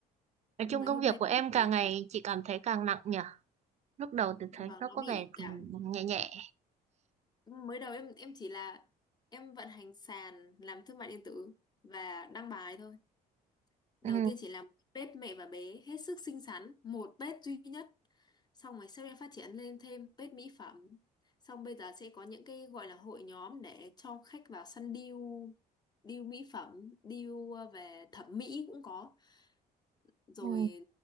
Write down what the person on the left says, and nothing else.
mấy
hôm
nay
rất
là nhiều
việc.
và
nó
bị
cảm
mới đầu em em chỉ là em vận hành sàn làm thương mại điện tử và đăng bài thôi đầu
tiên chỉ làm page mẹ và bé hết sức xinh xắn một page duy nhất xong rồi sau em phát triển lên thêm page mỹ phẩm xong bây giờ sẽ có những cái gọi là hội nhóm để cho khách vào săn deal deal mỹ phẩm deal ờ, về thẩm mỹ cũng có rồi